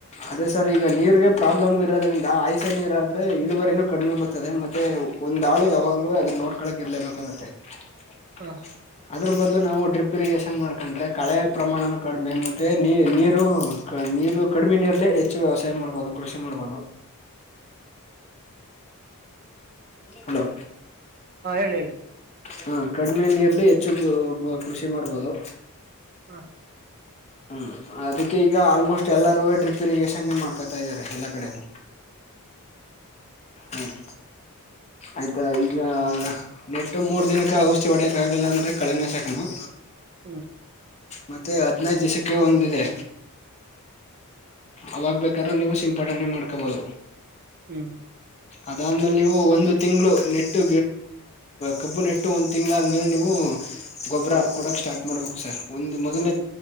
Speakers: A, on the left (about 30°); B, on the right (about 40°).
A: ಅದೇ ಸರ್ ಈಗ ನೀರಿಗೆ ಪ್ರಾಬ್ಲಮ್ ಇರೋದ್ರಿಂದ ಆಯ್ಸೆ ನೀರ ಆದ್ರೆ ಇಳುವರಿನೂ ಕಡಿಮೆ ಬರ್ತದೆ, ಮತ್ತೆ ಒಂದ್ ಆಳು ಯಾವಾಗ್ಲೂ ಅದನ್ನ ನೋಡ್ಕೊಳ್ಳಕ್ ಇರ್ಲೇಬೇಕಾಗತ್ತೆ. <inaudible>
B: ಹ
A: ಅದರ ಬದಲು ನಾವು ಡ್ರಿಪ್ ಇರಿಗೇಷನ್ ಮಾಡ್ಕೊಂಡ್ರೆ ಕಳೆಯ ಪ್ರಮಾಣ ಕಡಿಮೆ ಮತ್ತೆ ನೀ ನೀರು ನೀರು ಕಡಿಮೆ ನೀರಲ್ಲಿ ಹೆಚ್ಚು ವ್ಯವಸಾಯ ಮಾಡ್ಬೋದು ಕೃಷಿ ಮಾಡ್ಬೋದು ಹಲೋ
B: ಹಾ ಹೇಳಿ ಹೇಳಿ
A: ಹಾ ಕಡಿಮೆ ನೀರಲ್ಲಿ ಹೆಚ್ಚು ಕೃಷಿ ಮಾಡ್ಬೋದು
B: ಹಾ
A: ಹ್ಮ್ ಅದಕ್ಕೆ ಈಗ ಆಲ್ಮೋಸ್ಟ್ ಎಲ್ಲಾರೂ ಡ್ರಿಪ್ ಇರಿಗೇಶನೆ ಮಾಡ್ಕೊತಾ ಇದಾರೆ ಎಲ್ಲಾ ಕಡೆನು ಹ್ಮ್ ಆಯ್ತಾ ಈಗ ನೆಟ್ಟು ಮೂರ್ ದಿನಕ್ಕೆ ಔಷಿದಿ ಹೊಡಿಯಾಕ ಆಗಲಿಲ್ಲ ಅಂದ್ರೆ ಕಳೆನಾಶಕನೋ
B: ಹು
A: ಮತ್ತೆ ಅದು ಹದಿನೈದು ದಿಸಕ್ಕೆ ಒಂದಿದೆ ಅವಾಗ್ ಬೇಕಾದ್ರೂ ನೀವು ಸಿಂಪಡಣೆ ಮಾಡ್ಕೋಬಹದು
B: ಹು
A: ಅದಾದ್ಮೇಲೆ ನೀವು ಒಂದು ತಿಂಗಳು ನೆಟ್ಟು ಕಬ್ಬು ನೆಟ್ಟು ಒಂದ್ ತಿಂಗಳಾದ್ಮೇಲೆ ನೀವು ಗೊಬ್ಬರ ಕೊಡಕ್ ಸ್ಟಾರ್ಟ್ ಮಾಡ್ಬೇಕು ಸರ್ ಒಂದ ಮೊದ್ನೇ